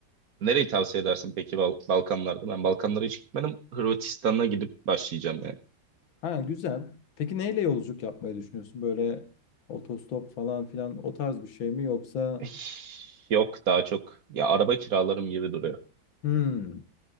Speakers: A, on the right; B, on the left.
A: nereyi tavsiye edersin peki Bal- Balkanlarda? Ben Balkanlara hiç gitmedim. Hırvatistan'a gidip başlayacağım yani.
B: Ha güzel. Peki neyle yolculuk yapmayı düşünüyorsun? Böyle otostop falan filan o tarz bir şey mi yoksa
A: Eh, Yok daha çok. Ya araba kiralarım gibi duruyor.
B: hmm,